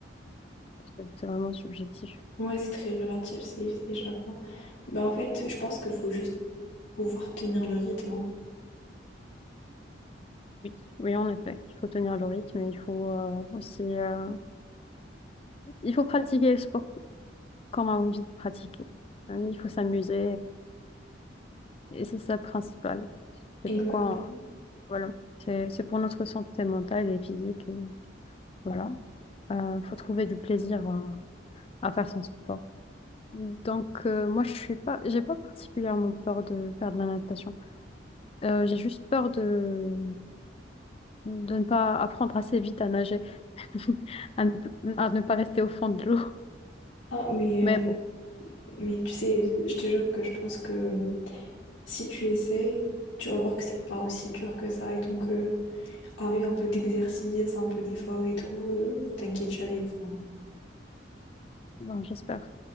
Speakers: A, on the left; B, on the left.
A: C'est c'est vraiment subjectif.
B: Ouais, c'est très relatif, c'est c'est chacun. Bah, en fait, je pense qu'il faut juste pouvoir tenir le rythme.
A: Oui, oui, en effet. Il faut tenir le rythme et il faut euh, aussi euh, il faut pratiquer le sport comme on a envie de pratiquer. Il faut s'amuser et, et c'est ça le principal.
B: Exact.
A: C'est pourquoi Voilà, c'est c'est pour notre santé mentale et physique. et voilà, Euh, faut trouver du plaisir à, à faire son sport. Donc euh, moi je suis pas, j'ai pas particulièrement peur de faire de la natation. Euh, j'ai juste peur de de ne pas apprendre assez vite à nager, <laughs> à ne, à ne pas rester au fond de l'eau. <laughs>
B: Ah, mais,
A: Mais bon,
B: euh, mais tu sais, je te jure que je pense que si tu essayes, tu vas voir que c'est pas aussi dur que ça. Et donc, euh, Avec un peu d'exercice, un peu d'effort et tout, euh, t'inquiète, tu arrives. hein.
A: bon, j'espère,